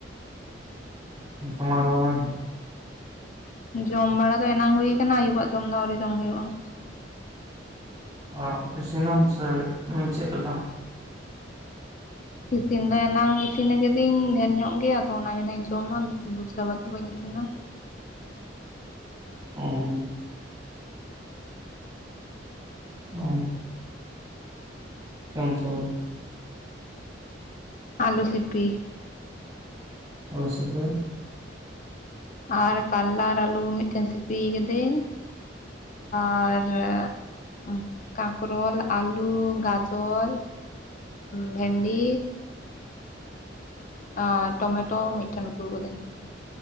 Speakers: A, on the right; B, on the left.
A: ᱦᱩᱸ, ᱡᱚᱢ ᱵᱟᱲᱟ ᱦᱩᱭ ᱮᱱᱟ?
B: ᱡᱚᱢ ᱵᱟᱲᱟ ᱫᱚ ᱮᱱᱟᱝ ᱦᱩᱭ ᱟᱠᱟᱱ, ᱟᱭᱩᱵᱟᱜ ᱡᱚᱢ ᱫᱚ ᱟᱹᱣᱨᱤ ᱡᱚᱢ ᱦᱩᱭᱩᱜᱼᱟ ᱾
A: ᱚ, ᱤᱥᱤᱱ ᱟᱢ ᱥᱮ ᱪᱮᱫ ᱞᱮᱠᱟ?
B: ᱤᱥᱤᱱ ᱫᱚ ᱮᱱᱟᱝ ᱤᱥᱤᱱ ᱠᱤᱫᱟᱹᱧ ᱰᱷᱮᱨ ᱧᱚᱜ ᱜᱮ ᱟᱫᱚ ᱚᱱᱟ ᱜᱮ ᱱᱟᱜ ᱤᱧ ᱡᱚᱢᱟ ᱫᱩᱥᱨᱟ ᱵᱟᱨ ᱫᱚ ᱵᱟᱹᱧ ᱤᱥᱤᱱᱼᱟ ᱾
A: ᱚᱸ᱾ ᱚ, ᱪᱮᱫ ᱩᱛᱩ <unintelligible>
B: ᱟᱞᱩ ᱥᱤᱯᱤ ᱾
A: ᱟᱞᱩ ᱥᱤᱯᱤ ᱾
B: ᱟᱨ ᱠᱟᱞᱞᱟ ᱟᱨ ᱟᱞᱩ ᱢᱤᱫᱴᱮᱱ ᱥᱤᱯᱤ ᱠᱟᱹᱫᱟᱹᱧ ᱟᱨ <unintelligible> ᱠᱟᱠᱨᱳᱞ, ᱟᱞᱩ, ᱜᱟᱡᱚᱨ ᱵᱷᱮᱱᱰᱤ, ᱟᱨ ᱴᱚᱢᱮᱴᱳ ᱢᱤᱫᱴᱷᱮᱱ ᱩᱛᱩ ᱟᱠᱟᱫᱟᱹᱧ ᱾